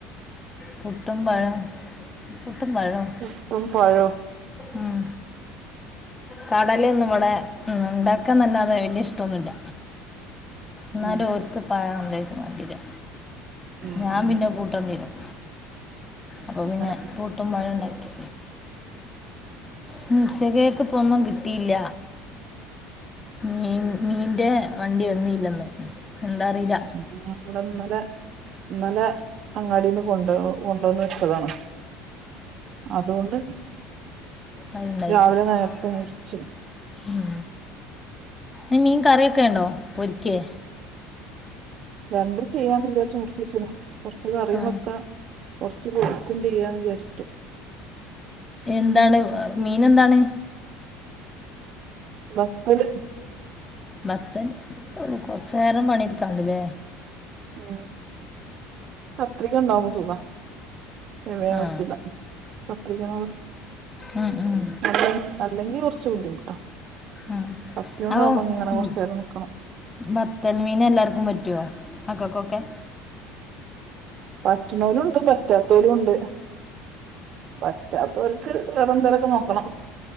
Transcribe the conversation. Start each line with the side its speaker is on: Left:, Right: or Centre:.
Left: പുട്ടും മ്പഴം പുട്ടും മ്പഴം
Right: പുട്ടും പഴവും
Left: ഉം കടലൊന്നും ഇവടെ ണ്ടാക്കാന്നെല്ലാതെ വെല്ല്യ ഇഷ്ടൊന്നുല്ല. ന്നാലും
Right: ഉം
Left: ഓര്ക്ക് പഴം എന്തേക്കും വാണ്ടിയെരാ
Right: ഉം
Left: ഞാ
Right: ഉം
Left: പിന്നെ കൂട്ടണ്ടിരും. അപ്പ
Right: അങ്ങനെ
Left: പിന്നെ പുട്ടും പഴും ണ്ടാക്കി. ന്ന് ഉച്ച കേക്ക് ഇപ്പോ ഒന്നും കിട്ടില്ല. മീൻ മീന്റെ വണ്ടി വന്നീല്ല ന്ന്. എന്താറില്ല.
Right: <unintelligible> വടെന്നലെ ന്നലെ അങ്ങാടിന്ന് കൊണ്ടോ കൊണ്ടോന്ന് വെച്ചതാണ്. അതുകൊണ്ട്
Left: അത്ണ്ടായി
Right: രാവിലെ
Left: <unintelligible>
Right: നേരത്തെ മുറിച്ച്
Left: ഉം ഈ മീൻ കറിവെ ക്കെണ്ടോ പൊരിക്കേ.
Right: രണ്ടും ചെയ്യാന്ന് വിചാരിച്ച മേടിച്ച് വെച്ച. കുറച്ച് കറിയും
Left: ആ
Right: വെക്ക, കുറച്ച് പൊരിക്കും ചെയ്യാന്ന് വിചാരിച്ചിട്ട്.
Left: എന്താണ് മീൻ എന്താണ്?
Right: വത്തല്.
Left: ബത്തൻ കൊറച്ചു നേരം പണിടുക്കാണ്ടില്ലേ.
Right: ഉം കത്രിക ഉണ്ടാവുമ്പോ സുഖാ. <unintelligible>
Left: ആ ഉം ഉം
Right: <unintelligible> അല്ലെങ്കി കുറച്ച് ബുദ്ധിമുട്ടാ.
Left: ഉം
Right: കത്തിയോണ്ടാവുമ്പോ
Left: അപ്പൊ
Right: ഇങ്ങനെ
Left: ഉം
Right: കുറച്ച് നേരം നിക്കണം
Left: ബത്തൽ മീന് എല്ലാർക്കും പറ്റുവോ? മക്കക്കൊക്കെ.
Right: പറ്റണവലും ഉണ്ട് പറ്റാത്തവലും ഉണ്ട്. പറ്റാത്തവർക്ക് വേറെന്തെലൊക്കെ നോക്കണം.